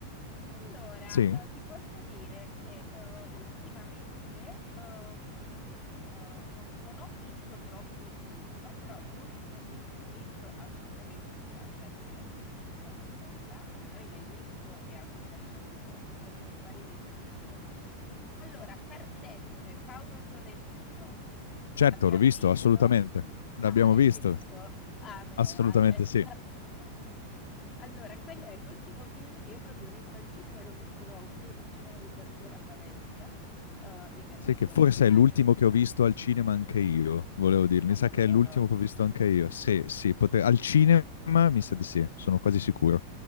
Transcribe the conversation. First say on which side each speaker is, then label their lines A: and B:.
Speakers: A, on the left (about 25°); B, on the left (about 65°).
A: allora
B: Sì?
A: eh, ti posso dire che eh, ultimamente ehm, eh, non, non ho visto troppi film, però l'ultimo film che ho visto assolutamente ti parla di relazioni uomo-donna, magari l'hai visto e anche lasciato, ha portato varie discussioni. Allora, Partenope, Paolo Sorrentino,
B: Certo,
A: l'abbiamo
B: l'ho visto,
A: visto?
B: assolutamente. L'abbiamo
A: Ah, Hai
B: visto,
A: visto? Ah, meno
B: assolutamente
A: male.
B: sì.
A: <laughs> Allora, quello è l'ultimo film che io proprio ho visto al cinema e l'ho visto qui in un cinema di quartiere a Valencia, eh, in
B: Sai
A: lingua
B: che forse
A: originale.
B: è l'ultimo che ho visto al cinema anche io, volevo dire.
A: Ah,
B: Mi
A: davvero?
B: sa che è l'ultimo che ho visto anche io. Sì, sì, potre- al cinema mi sa di sì, sono quasi sicuro.